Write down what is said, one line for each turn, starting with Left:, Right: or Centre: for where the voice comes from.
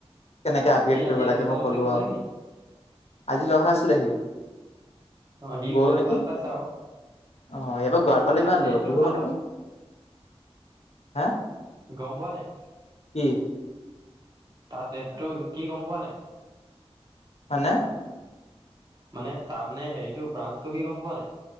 Left: কেনেকে আপগ্ৰেড
Right: সি আজি
Left: কৰিব
Right: এডমিশ্যন
Left: লাগে মই
Right: ল'বলৈ
Left: ক'লো
Right: গ'ল
Left: আৰু
Right: নেকি?
Left: আজি যোৱা কথা আছিলে সিও।
Right: অ' সি
Left: গ'ল
Right: গোৱালপাৰাত
Left: নেকি,
Right: পাইছে আকৌ।
Left: অ এইবাৰ গোৱালপাৰালে
Right: তাৰ
Left: কিমান
Right: টেটটো
Left: দূৰ, দূৰ হ'ব
Right: ভাল
Left: নেকি।
Right: আকৌ,
Left: হে।
Right: গম পোৱা নাই।
Left: কি।
Right: তাৰ ডেটটো কি গম পোৱা নাই।
Left: মানে।
Right: মানে তাৰ মানে হেৰিটো ব্ৰাঞ্চটো কি গম পোৱা নাই।